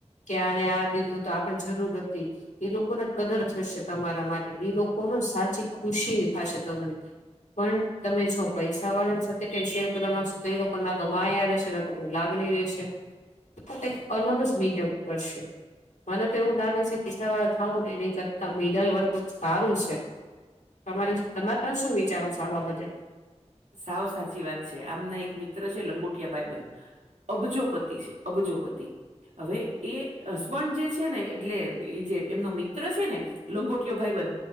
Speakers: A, on the left; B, on the right.
A: કે આને આ દીધું તો આપડણે જરૂર હતી. એ લોકોને કદર થશે તમારા માટે એ લોકોને સાચી ખુશી થશે તને પણ તમે જો પૈસા વાળા સાથે કઈ શેર કરો તમા સુ ના તો માયા રહેશે ના તો કોઈ લાગણી રહેશે. કઈક અલગ જ બિહેવ કરશે મને તો એવું લાગે છે પીસાાવાળા થાવું ને એની કરતા મિડલ વર્ગ સારુ છે. તમારે તમારે શું વિચારુ છો, આ બાબતે
B: સાવ સાચી વાત છે આમના એક મિત્ર છે, લંગુટિયા ભાઈબન અબજોપતિ છે, અબજોપતિ હવે એ હસબન્ડ જે છેને, એટલે એ જે એમનો મિત્ર છેને. લંગોટીયો ભાઈબન